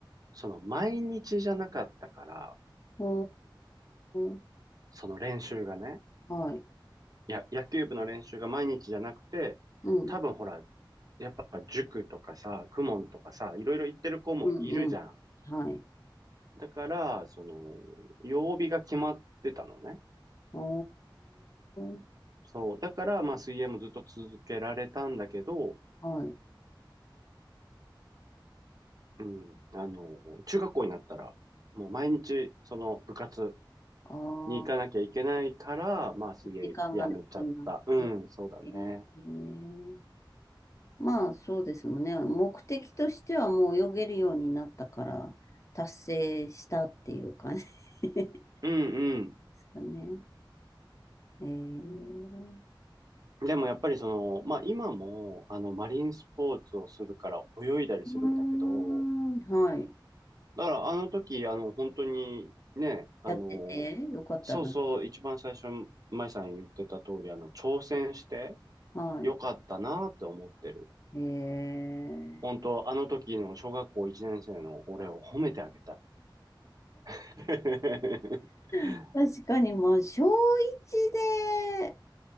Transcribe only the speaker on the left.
おー、
はい。
うん、
うん、うん。はい。
おー、
はい。
ああ、
時間がなくなって、
えーまあそうですもんね。目的としてはもう泳げるようになったから達成したっていう感じ <laughs> で
すかね。えー、
うーん、はい。
やっててよかったな。
はい。
え
ー、確かにまあ小一で